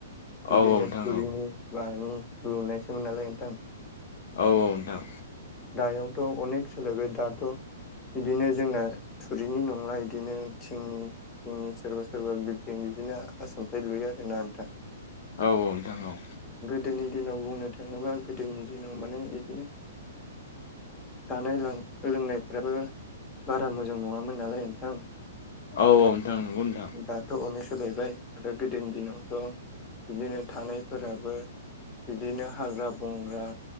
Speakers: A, on the left (about 15°); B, on the left (about 50°).
A: बिदिनो
B: औ नोंथां
A: थुरिनि
B: औ
A: मानि लुनायसोमोन नालाय नोंथां।
B: औ औ नोंथां।
A: दायावथ अनेक सोलायबाय दाथ बिदिनो जोंना थुरिनि नंला इदिनो थिंनि थिंनि सोरबा सोरबा बिल्दिं बिदिनो आसामथाइब लुयो आरोना नोंथां।
B: औ औ नोंथां औ।
A: गोदोनि दिनाव बुंनो थाङोब्ला गोदोनि दिनाव माने इदिनो जानाय लां लोंनायफोराबो बारा मोजां नङामोन नालाय नोंथां।
B: औ औ नोंथां नंगौ नोंथां।
A: दाथ' अनेक सोलायबाय आरो गोदोनि दिनावथ बिदिनो थानायफोराबो बिदिनो हाग्रा बंग्रा